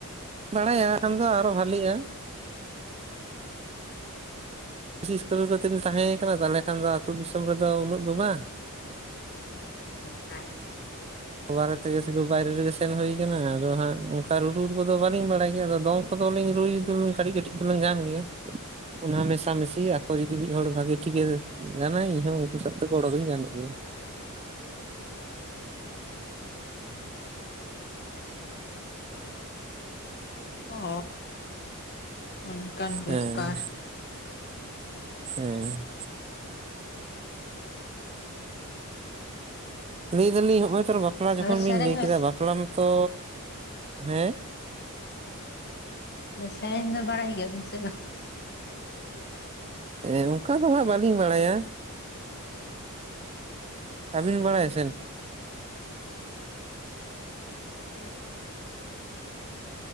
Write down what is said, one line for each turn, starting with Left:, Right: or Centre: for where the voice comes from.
Right: ᱵᱟᱲᱟᱭᱟ ᱠᱷᱟᱱ ᱫᱚ ᱟᱨᱚ ᱵᱷᱟᱹᱞᱤᱜ-ᱟ᱾ ᱵᱤᱥᱤ ᱤᱥᱠᱩᱞ ᱨᱮ ᱜᱮ ᱛᱚ ᱞᱤᱧ ᱛᱟᱦᱮᱸ ᱠᱟᱱᱟ ᱛᱟᱞᱦᱮ ᱠᱷᱟᱱ ᱫᱚ ᱟᱹᱛᱳ ᱫᱤᱥᱚᱢ ᱨᱮᱫᱚ ᱩᱱᱟᱹᱜ ᱫᱚ ᱵᱟᱝ᱾
Left: <unintelligible>
Right: ᱵᱟᱨᱮ ᱛᱮᱜᱮ ᱥᱩᱫᱩ ᱵᱟᱭᱨᱮ ᱨᱮᱜᱮ ᱥᱮᱱ ᱦᱩᱭ ᱠᱟᱱᱟ᱾ᱟᱫᱚ ᱦᱟᱸᱜ ᱚᱱᱠᱟ ᱨᱩ ᱨᱩ ᱠᱚᱫᱚ ᱵᱟᱹᱞᱤᱧ ᱵᱟᱲᱟᱭ ᱜᱮᱭᱟ᱾ ᱟᱫᱚ ᱫᱚᱝ ᱠᱚ ᱫᱚ ᱞᱤᱧ ᱨᱩᱭ ᱫᱚ ᱠᱟᱹᱴᱤᱡ ᱠᱟᱹᱴᱤᱡ ᱫᱚᱞᱤᱧ ᱜᱟᱱ ᱜᱮᱭᱟ᱾ ᱚᱱᱟ ᱢᱮᱥᱟ ᱢᱤᱥᱤ ᱟᱠᱚ ᱢᱩᱫᱤ ᱦᱚᱲ ᱵᱷᱟᱹᱜᱮ ᱴᱷᱤᱠ ᱜᱮᱭᱟ ᱜᱟᱱ ᱟᱭ ᱤᱧ ᱦᱚᱸ ᱩᱱᱠᱩ ᱥᱟᱣ ᱫᱚ ᱜᱚᱲᱚ ᱫᱩᱧ ᱜᱟᱱᱚᱜ ᱜᱮᱭᱟ᱾ ᱦᱩᱸ᱾
Left: ᱚ, ᱚᱱᱠᱟᱱ ᱵᱮᱯᱟᱨ᱾
Right: ᱦᱮᱸ ᱦᱮᱸ᱾ ᱞᱟᱹᱭ ᱫᱟᱹᱞᱤᱧ ᱦᱚᱸᱜ-ᱚᱭ ᱛᱚᱨᱟ ᱵᱟᱯᱞᱟ ᱡᱚᱠᱷᱚᱱ
Left: ᱟᱨ ᱥᱮᱨᱮᱧ
Right: ᱵᱤᱱ ᱞᱟᱹᱭ
Left: ᱦᱚᱸ
Right: ᱠᱮᱫᱟ ᱵᱟᱯᱞᱟ ᱢᱟᱛᱚ ᱦᱮᱸ ᱾
Left: ᱥᱮᱨᱮᱧ ᱫᱚ ᱵᱟᱲᱟᱭ ᱜᱮᱭᱟ ᱵᱤᱱ ᱥᱮ ᱵᱟᱝ?
Right: ᱦᱮᱸ ᱚᱱᱠᱟ ᱫᱚ ᱦᱟᱸᱜ ᱵᱟᱹᱞᱤᱧ ᱵᱟᱲᱟᱭ-ᱟ ᱾ ᱟᱹᱵᱤᱱ ᱵᱟᱲᱟᱭ ᱥᱮᱱ?
Left: ᱦᱮᱸ᱾